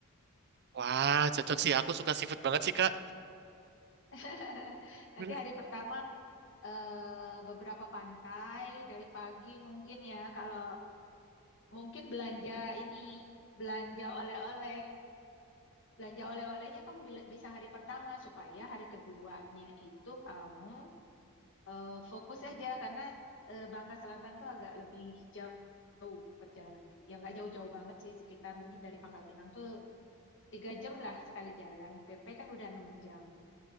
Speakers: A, on the right (about 50°); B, on the left (about 60°).
A: Wah, cocok sih. Aku suka seafood banget sih Kak.
B: <laughs> Nanti
A: Hmm.
B: hari pertama eh, beberapa pantai dari pagi mungkin ya kalau mungkin belanja ini belanja oleh-oleh belanja oleh-olehnya kamu bila- bisa hari pertama supaya hari keduanya itu kamu eh, fokus aja karena eh, Bangka Selatan tuh agak lebih jauh jauh perjalanannya. Ya nggak jauh-jauh banget sih, sekitar mungkin dari Pangkal Pinang tuh tiga jam lah sekali jalan. PP kan udah enam jam.